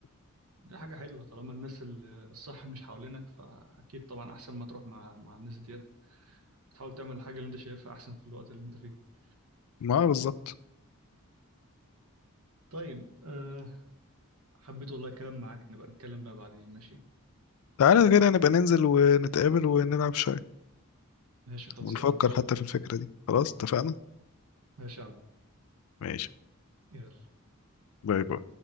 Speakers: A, on the right (about 75°); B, on the left (about 75°).
A: دي حاجه حلوه طالما الناس ال- الصح مش حوالينك فاكيد طبعا احسن ما تروح مع مع الناس ديت تحاول تعمل الحاجه اللي انت شايفها احسن في الوقت اللي انت فيه
B: ما بالظبط
A: طيب أه حبيت والله الكلام معاك نبقى نتكلم بقى بعدين ماشي
B: تعالى كده نبقى ننزل ونتقابل ونلعب شوية
A: ماشي خلصانة
B: ونفكر
A: ماشي
B: حتى في الفكرة دي خلاص اتفقنا
A: ماشي يا عبد
B: ماشي
A: يلا
B: باي باي